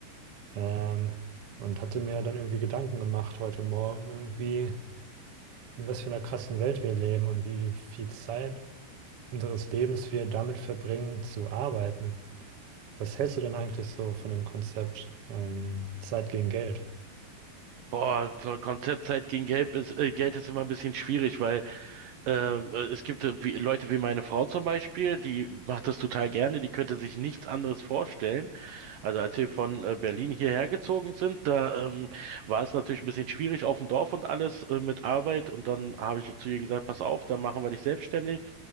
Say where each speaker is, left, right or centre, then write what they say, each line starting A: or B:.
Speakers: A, on the right; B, on the right.
A: ähm, und hatte mir dann irgendwie Gedanken gemacht heute Morgen irgendwie, in was für einer krassen Welt wir leben und wie viel Zeit unseres Lebens wir damit verbringen, zu arbeiten. Was hältst du denn eigentlich so von dem Konzept ähm, Zeit gegen Geld?
B: Boah, zur Konzeptzeit gegen Geld ist, äh, Geld ist immer ein bisschen schwierig, weil ähm, äh, es gibt äh, wie, Leute wie meine Frau zum Beispiel, die macht das total gerne, die könnte sich nichts anderes vorstellen. Also als wir von äh, Berlin hierher gezogen sind, da ähm, war es natürlich ein bisschen schwierig auf dem Dorf und alles äh, mit Arbeit. Und dann habe ich zu ihr gesagt, pass auf, dann machen wir dich selbstständig.